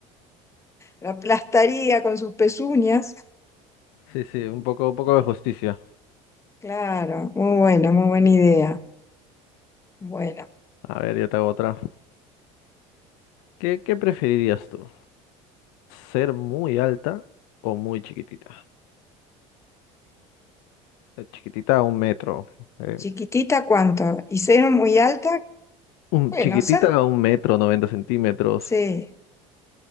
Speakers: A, on the left; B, on the left.
A: Lo aplastaría con sus pezuñas.
B: Sí, sí, un poco, un poco de justicia.
A: Claro, muy bueno, muy buena idea. Bueno,
B: A ver, yo te hago otra. ¿Qué, qué preferirías tú? ¿Ser muy alta o muy chiquitita? Eh, Chiquitita a un metro. eh,
A: chiquitita, ¿cuánto? ¿Y ser muy alta?
B: un,
A: Bueno,
B: chiquitita
A: ser,
B: a un metro, 90 centímetros.
A: sí,